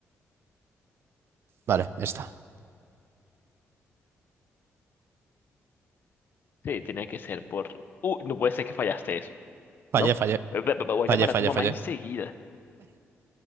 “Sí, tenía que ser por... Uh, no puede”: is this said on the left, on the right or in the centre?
Left